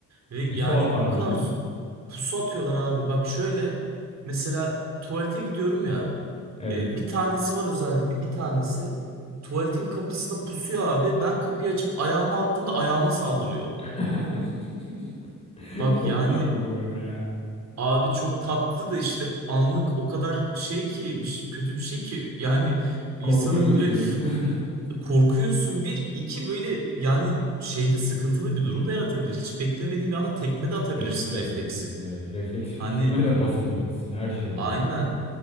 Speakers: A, on the right; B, on the left.
A: Ve yani
B: Suat Hanım'ı.
A: o kadar z- pusu atıyorlar abi. Bak şöyle mesela tuvalete gidiyorum ya.
B: Evet.
A: e, Bir tanesi var özellikle bir tanesi. Tuvaletin kapısına pusuyor abi. Ben kapıyı açıp ayağımı attığımda ayağıma saldırıyor.
B: <laughs>
A: Bak
B: Çok
A: yani
B: tatlı bu arada ya.
A: abi çok tatlı da işte anlık o kadar şey ki bir şey- kötü bir şey ki yani insanı
B: Korkuyor musun?
A: böyle
B: <laughs>
A: korkuyorsun bir iki böyle yani şeyde sıkıntılı bir durum da yaratabilir. Hiç beklemediğin bir anda tekme de atabilirsin
B: Tekme de
A: refleksif.
B: atabilirsin evet. Refleksif
A: Hani
B: üstüne de basabilirsin. Her şey oluyor.
A: Aynen.